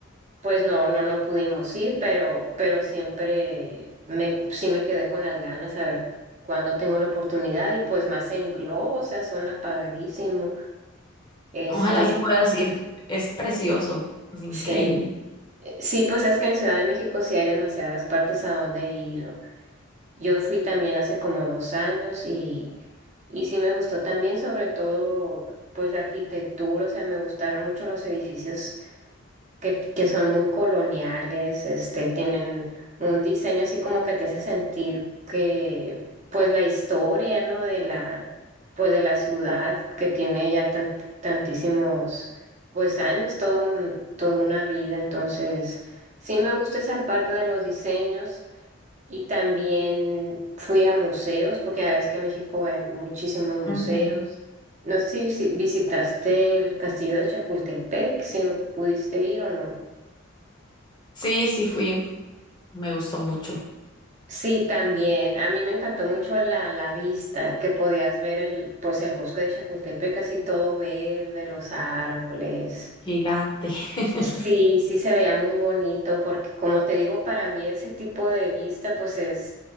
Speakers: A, on the right; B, on the left.
A: Pues no, no, no pudimos ir, pero, pero siempre me, sí me quedé con las ganas a ver cuándo tengo la oportunidad y pues más en globo, o sea, suena padrísimo.
B: Ojalá
A: Este,
B: sí puedas ir. Es precioso, es increíble.
A: sí, eh, sí, pues es que en Ciudad de México sí hay demasiadas partes a donde ir. Yo fui también hace como dos años y, y sí me gustó también, sobre todo, pues la arquitectura, o sea, me gustaron mucho los edificios que, que son muy coloniales, este, tienen un diseño así como que te hace sentir que, pues, la historia, ¿no? De la, pues, de la ciudad que tiene ya tan- tantísimos, pues, años, todo un, toda una vida. Entonces, sí me gusta esa parte de los diseños y también fui a museos, porque ya ves que en México hay muchísimos museos.
B: Ujú.
A: No sé si visi- visitaste el castillo de Chapultepec, si lo pudiste ir o no.
B: Sí, sí fui. Me gustó mucho.
A: Sí, también. A mí me encantó mucho la, la vista, que podías ver el, pues el bosque de Chapultepec, así todo verde, los árboles.
B: Gigante. <laughs>
A: Sí, sí se veía muy bonito, porque como te digo, para mí ese tipo de vista, pues es,